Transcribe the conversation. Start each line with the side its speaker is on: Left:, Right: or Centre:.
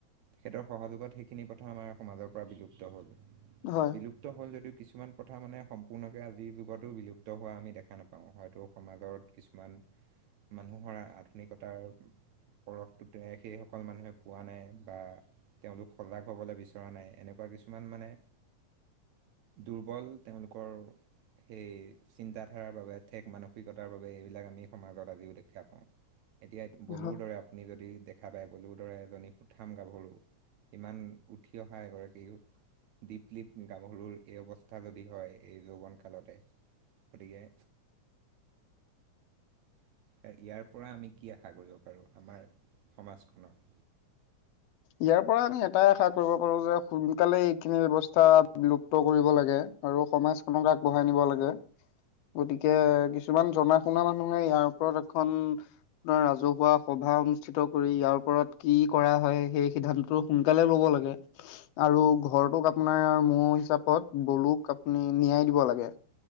Right: তেখেতৰ সহযোগত সেইখিনি কথা আমাৰ সমাজৰ পৰা বিলুপ্ত হ'ল।
Left: হয়
Right: বিলুপ্ত হ'ল যদি কিছুমান প্ৰথা মানে সম্পূৰ্ণকৈ আজিৰ যুগতো বিলুপ্ত হোৱা আমি দেখা নাপাওঁ। হয়তো সমাজত কিছুমান মানুহৰ আধুনিকতাৰ পৰফটো সেই সকল মানুহে পোৱা নাই বা তেওঁলোক সজাগ হবলৈ বিচৰা নাই। এনেকুৱা কিছুমান মানে
Left: <inaudible>
Right: দুৰ্বল তেওঁলোকৰ সেই চিন্তাধাৰাৰ বাবে ঠেক মানস সিকতাৰ বাবে এইবিলাক আমি সমাজত আজিও দেখা পাওঁ। এতিয়া বলুৰ
Left: হয়।
Right: দৰে আপুনি যদি য দেখা পায় বলিউডৰ এজনী সুঠাম গাভৰু ইমান উঠি অহা এগৰাকী দীপলিপ গাভৰুৰ এই অৱস্থা যদি হয় এই যৌৱন কালতে। গতিকে ইয়াৰ পৰা আমি কি আশা কৰিব পাৰোঁ আমাৰ সমাজখনক
Left: ইয়াৰ পৰা আমি এটাই আশা কৰিব পাৰো যে সোনকালে এইখিনি ব্যৱস্থা বিলুপ্ত কৰিব লাগে আৰু সমাজখনক আগবঢ়াই নিব লাগে। গতিকে কিছুমান জনা শুনা মানুহে ইয়াৰ ওপৰত এখন ৰাজহুৱা সব ভা অনুষ্ঠিত কৰি ইয়াৰ ওপৰত কি কৰা হয় সেই সিদ্ধান্তটো সোনকালে ল'ব লাগে আৰু ঘৰতোক আপোনাৰ মোৰ হিচাপত বলুক আপুনি নিয়াই দিব লাগে